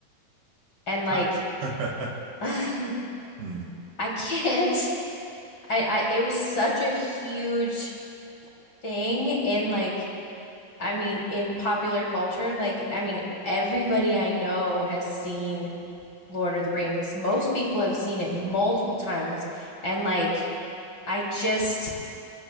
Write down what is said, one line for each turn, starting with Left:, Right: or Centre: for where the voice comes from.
Left: And like,
Right: Ah. <laughs>
Left: <laughs> I
Right: Hmm.
Left: can't. I, I, it was such a huge thing in like, I mean, in popular culture. Like, I mean, everybody I know has seen Lord of the Rings. Most people have seen it multiple times. And like, I just